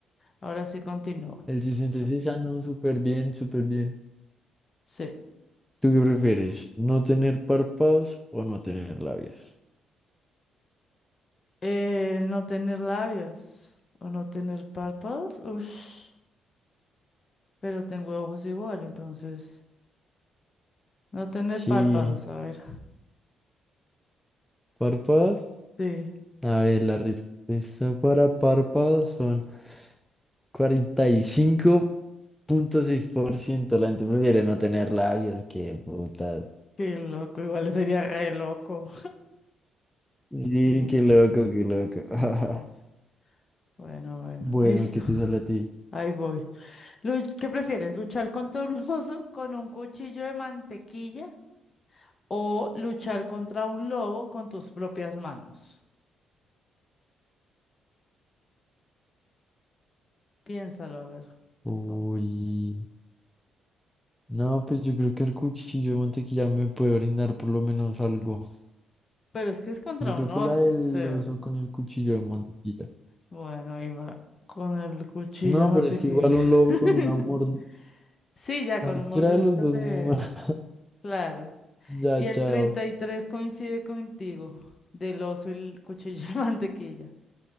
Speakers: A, on the left (about 35°); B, in the centre.
A: Ahora sí continúa.
B: El 66, ah, no, súper bien, súper bien.
A: Sí.
B: ¿Tú qué prefieres? ¿No tener párpados o no tener labios?
A: Eh, no tener labios o no tener párpados. Ush, pero tengo ojos igual, entonces. No tener
B: Sí,
A: párpados, a ver.
B: párpados.
A: Sí.
B: A ver, la respuesta para párpados son cuarenta y cinco punto seis por ciento. La gente prefiere no tener labios, qué puta.
A: Qué loco, igual sería re loco.
B: Sí,
A: Mucho.
B: qué loco, qué loco. <laughs>
A: pues. Bueno, bueno.
B: Bueno,
A: Listo.
B: ¿qué
A: <laughs>
B: te sale a ti?
A: Ahí voy. Lu- ¿Qué prefieres? ¿Luchar contra un <laughs> oso con un cuchillo de mantequilla o luchar contra un lobo con tus propias manos? Piénsalo, a ver.
B: Uy.
A: ¿Cómo?
B: No, pues yo creo que el cuchillo de mantequilla me puede brindar por lo menos algo.
A: Pero es que es contra
B: Yo creo
A: un oso.
B: que la del
A: O sea,
B: oso con el cuchillo de mantequilla.
A: bueno, iba con el cuchillo
B: No,
A: de mantequilla.
B: pero es que igual un lobo
A: <laughs>
B: con un amor.
A: Sí, ya
B: Cualquiera
A: con un mordisco
B: de los dos
A: te...
B: me ma-
A: Claro.
B: <laughs>
A: Y
B: Ya, chao.
A: el 33 coincide contigo, del oso y el cuchillo de <laughs> mantequilla.